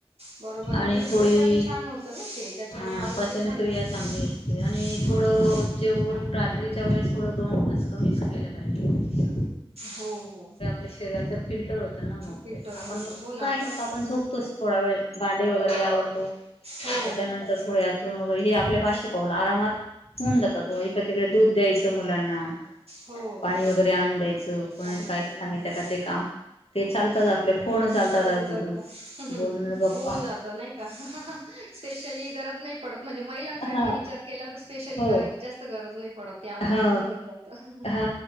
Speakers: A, on the right; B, on the left.
A: बरोबर आहे
B: आणि
A: म्हणजे
B: थोडी
A: पचन छान होतं ना ते त्याच्याने
B: हा
A: आरोग्य
B: पचनक्रिया
A: छान बसतं
B: चांगली असते आणि
A: हम्म
B: थोड हो जेवण रात्रीच्या वेळेस थोडं दोन खास कमीच खायला पाहिजे.
A: हो हो.
B: आप शरीराच फिल्टर होतं ना मग
A: फिल्टर
B: ते आपणग
A: होतं हो
B: काय
A: ना
B: करतो आपण
A: हं,
B: झोपतोच थोडा वेळ भांडे वगैरे आवडतो
A: हो
B: त्याच्यानंतर
A: हो
B: थोडे अथरण वगैरे हे आपल्या पाचशे पावलं आरामात होऊन जातात इकडे तिकडे दूध द्यायचं मुलांना,
A: हो
B: पाणी वगैरे आणून द्यायचं. को
A: पाणी
B: काही
A: वगैरे
B: सांगितलं
A: आणलं की
B: का ते काम ते चालतात आपले फोन चालतातज
A: चालतं चालतं
B: बोलण ग्
A: होऊन जातं नाही का स्पेशली गरज नाही पडत म्हणजे महिलांसाठी
B: हा
A: विचार केला तर स्पेशली
B: हो
A: करायची जास्त गरज नाही पडत. ते आपोआप
B: हा
A: होऊनच जातं
B: हा